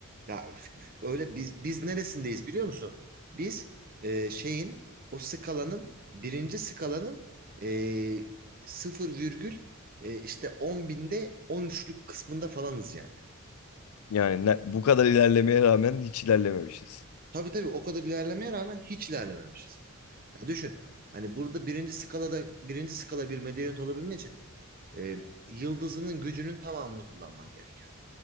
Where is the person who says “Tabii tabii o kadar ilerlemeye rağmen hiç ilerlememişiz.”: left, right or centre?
Right